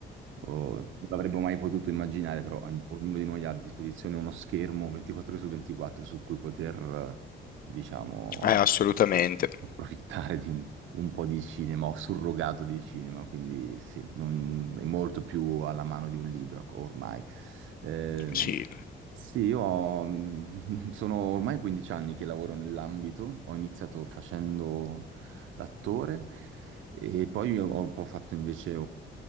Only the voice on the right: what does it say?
o- non l'avremmo mai potuto immaginare, però ogn- ognuno di noi ha a disposizione uno schermo 24 ore su 24 su cui poter, eh, diciamo,
approfittare di un, un po' di cinema, ho surrogato di cinema, quindi sì, non- è molto più alla mano di un libro ormai. Eh,
sì, io ho- <laughs> sono ormai 15 anni che lavoro nell'ambito, ho iniziato facendo l'attore e poi io ho un po' fatto invece